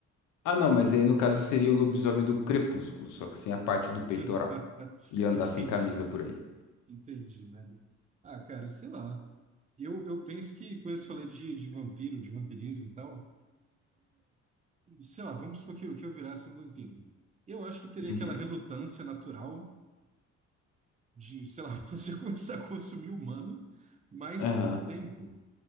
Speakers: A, on the left (about 80°); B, on the right (about 25°).
A: Ah, não, mas aí no caso seria o lobisomem do Crepúsculo, só que sem a parte do peitoral.
B: <laughs>
A: E andar
B: Entendi,
A: sem camisa por aí.
B: entendi, velho. Ah, cara, sei lá. Eu, eu penso que quando você falou de, de vampiro, de vampirismo e tal, sei lá, vamos supor que eu, que eu virasse um vampiro. Eu acho que teria
A: Uhum.
B: aquela relutância natural de, sei lá, <laughs> você começar a consumir humano, mas
A: Aham.
B: com o tempo,